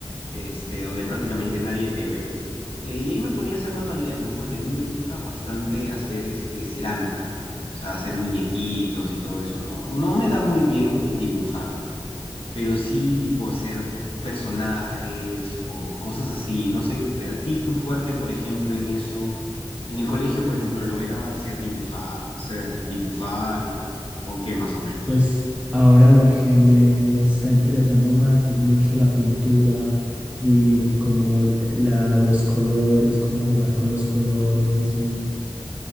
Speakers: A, on the left (about 70°); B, on the right (about 15°).
A: este, donde prácticamente nadie te ve. eh, y ahí me ponía a hacer manualidades, ¿no? Porque a mí me gusta bastante hacer, este, cerámica, o sea, hacer muñequitos y todo eso, ¿no? No me da muy bien dibujar pero sí tipo hacer personajes o cosas así. No sé, te- a ti tu fuerte, por ejemplo, en eso, en el colegio, por ejemplo, lo era hacer dibujar, o sea, dibujar o, o qué más o menos.
B: Pues ahora lo que me está interesando más es mucho la pintura y como la, los colores, cómo jugar con los colores y,